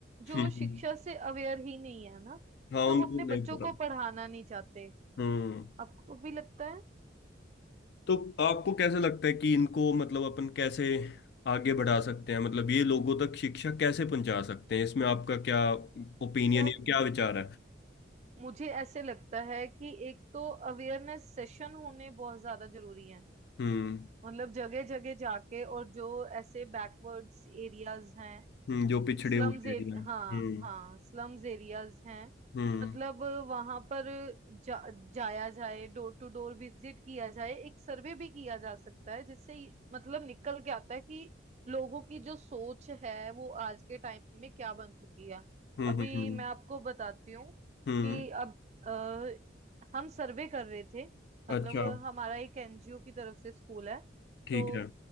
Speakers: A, on the right (about 35°); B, on the left (about 60°).
A: जो
B: हम्म,
A: शिक्षा से अवेयर ही नहीं है ना
B: हाँ
A: तो
B: उनको
A: वो अपने
B: नहीं
A: बच्चों
B: पता
A: को पढ़ाना नहीं चाहते
B: हम्म
A: आपको भी लगता है
B: तो आपको कैसे लगता है कि इनको मतलब अपन कैसे आगे बढ़ा सकते हैं मतलब ये लोगों तक शिक्षा कैसे पहुंचा सकते हैं इसमें आपका क्या ओपिनियन
A: या
B: है
A: मु-
B: क्या विचार है
A: मुझे ऐसे लगता है कि एक तो अवेयरनेस सेशन होने बहुत ज्यादा जरूरी है
B: हम्म
A: मतलब जगह जगह जाके और जो ऐसे बैकवर्ड्स एरियाज हैं
B: हम्म जो पिछड़े
A: स्लम्स
B: हुए
A: एरिया
B: एरिया हैं
A: हाँ
B: हम्म
A: हाँ स्लम्स एरियाज हैं
B: हम्म
A: मतलब वहां पर जा, जाया जाए डोर टू डोर विजिट किया जाए एक सर्वे भी किया जा सकता है जिससे ये- मतलब निकल के आता है कि लोगों की जो सोच है वो आज के टाइम में क्या बन चुकी है
B: हम्म
A: अभी
B: हम्म हम्म
A: मैं आपको बताती हूँ
B: हम्म,
A: कि अब अ, हम सर्वे कर रहे थे मतलब
B: अच्छा
A: हमारा एक एनजीओ की तरफ से स्कूल है
B: ठीक
A: तो
B: है